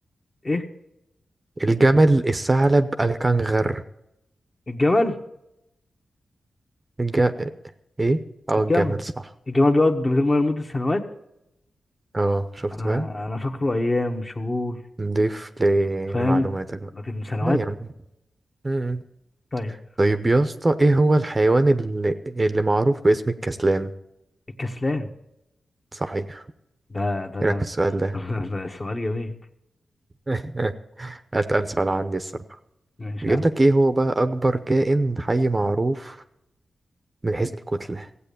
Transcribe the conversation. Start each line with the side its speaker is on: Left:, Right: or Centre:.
Left: ايه
Right: الجمل الثعلب الكنغر
Left: الجمل
Right: الج... ايه او
Left: الجمل
Right: الجمل صح
Left: الجمل بيقعد من غير ميه لمدة سنوات
Right: اه شفت
Left: انا
Right: بقى
Left: انا فاكره ايام شهور
Right: نضيف ل-
Left: فاهم
Right: لمعلوماتك بقى
Left: لكن سنوات
Right: لا يا عم مم.
Left: طيب
Right: طيب يا اسطى ايه هو الحيوان اللي, اللي معروف باسم الكسلان
Left: الكسلان
Right: صحيح
Left: ده ده
Right: ايه رايك
Left: ده,
Right: في السؤال
Left: ده,
Right: ده
Left: <laughs> ده, ده سؤال جميل
Right: <laughs> اتقل سؤال عندي الصراحه
Left: ماشي
Right: بيقول
Left: يا عم
Right: لك ايه هو بقى اكبر كائن حي معروف من حيث الكتله